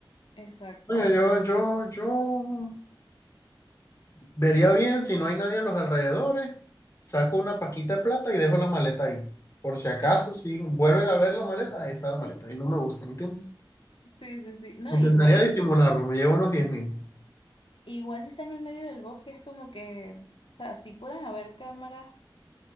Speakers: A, on the left; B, on the left.
A: exacto.
B: Bueno, yo, yo, yo vería bien si no hay nadie a los alrededores. Saco una paquita de plata y dejo la maleta ahí. Por si acaso,
A: <laughs>
B: si vuelven a ver la maleta, ahí está la maleta. Y no me gusta, ¿entiendes?
A: Sí, sí, sí. No,
B: Intentaría
A: igual si
B: disimularlo,
A: están en,
B: me llevo unos diez mil.
A: igual si están en el medio del bosque es como que, o sea, sí pueden haber cámaras